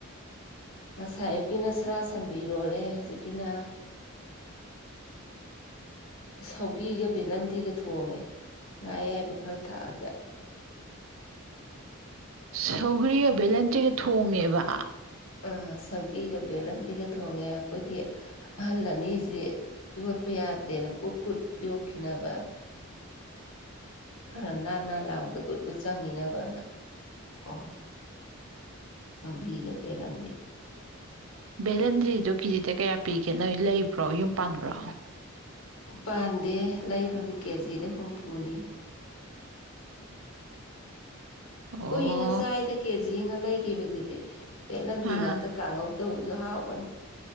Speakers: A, on the left; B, on the right.
A: ꯉꯁꯥꯏ ꯑꯌꯨꯛꯀꯤꯅ ꯁꯔꯥ ꯁꯟꯕꯤ ꯏꯔꯣꯜꯂꯦ ꯍꯧꯖꯤꯛꯀꯤꯅ ꯁꯧꯒꯤꯒ ꯕꯤꯂꯟꯗꯤꯒ ꯊꯣꯡꯉꯦ ꯉꯥ ꯑꯌꯥꯏꯕ ꯈꯔ ꯊꯛꯑꯒꯦ
B: ꯁꯧꯒ꯭ꯔꯤꯒ ꯚꯦꯂꯦꯟꯗ꯭ꯔꯤꯒ ꯊꯣꯡꯉꯦꯕ
A: ꯑ ꯁꯧꯒꯤꯒ ꯕꯦꯂꯦꯟꯗ꯭ꯔꯤꯒ ꯊꯣꯡꯉꯦ ꯑꯩꯈꯣꯏꯒꯤ ꯑꯍꯜ ꯑꯅꯤꯁꯦ ꯌꯣꯠꯄ ꯌꯥꯗ꯭ꯔꯦꯅ ꯀꯨꯠ ꯀꯨꯠ ꯌꯣꯠꯈꯤꯅꯕꯅ ꯈꯔ ꯅꯥꯟ ꯅꯥꯟ ꯂꯥꯎꯕꯗ ꯒꯨꯠ ꯒꯨꯠ ꯆꯪꯉꯤꯅꯕꯅ ꯊꯣꯡꯉꯤ ꯁꯧꯒ꯭ꯔꯤꯒ ꯕꯦꯂꯦꯟꯗ꯭ꯔꯤꯒ
B: ꯚꯦꯂꯦꯟꯗꯔꯤꯗꯨ ꯀꯦꯖꯤꯗ ꯀꯌꯥ ꯄꯤꯒꯦ ꯅꯣꯏ ꯂꯩꯕ꯭ꯔꯣ ꯌꯨꯝ ꯄꯥꯟꯕ꯭ꯔꯣ
A: ꯄꯥꯟꯗꯦ ꯂꯩꯕꯅꯤ ꯀꯦꯖꯤꯗ ꯍꯨꯝꯐꯨꯅꯤ
B: ꯑꯣ
A: ꯀꯨꯏꯅ ꯆꯥꯏꯗ ꯀꯦꯖꯤ ꯑꯃꯒ ꯂꯩꯈꯤꯕꯁꯤꯗꯤ ꯕꯦꯂꯟꯗꯤ
B: ꯑꯥ
A: ꯉꯥꯛꯇ ꯀꯥꯡꯍꯧ ꯇꯧꯕꯁꯨ ꯍꯥꯎꯕꯅꯦ